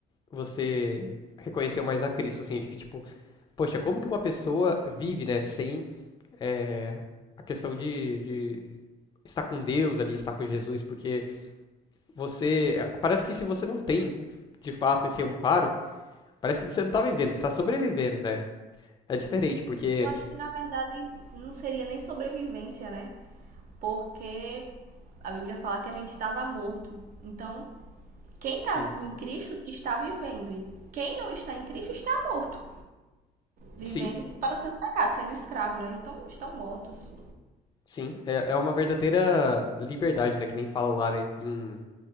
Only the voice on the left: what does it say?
você reconheceu mais a Cristo, assim, de que tipo. poxa, como que uma pessoa vive, né, sem é, a questão de, de estar com Deus ali, estar com Jesus, porque você, eh, parece que se você não tem, de fato, esse amparo, parece que você não tá vivendo, você tá sobrevivendo, né? É diferente, porque,
sim,
sim,
sim, é, é uma verdadeira liberdade, né, que nem fala lá, né, em,